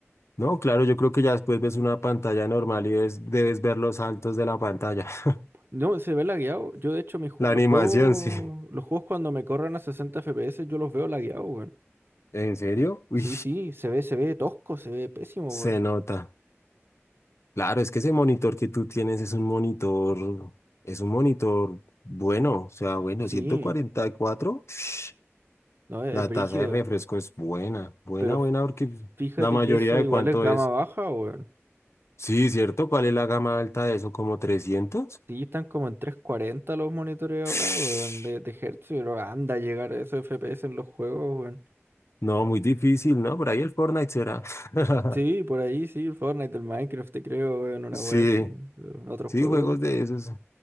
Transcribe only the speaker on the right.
No, se ve lagueado. Yo de hecho mis ju-
los
juegos,
los juegos cuando me corran a 60 FPS yo los veo lagueados, weón.
Sí, sí, se ve, se ve tosco, se ve pésimo,
weón.
Sí,
no, es,
es brígido.
Pero f-
fíjate
que eso
igual
es gama
baja, weón.
Sí, están como en 340 los monitores ahora,
weón, de, de Hz, pero anda a llegar a esos FPS en los juegos, weón.
Sí, por ahí sí, el Fortnite, el Minecraft, te creo, weón, una
wea así, pero en otro
juego.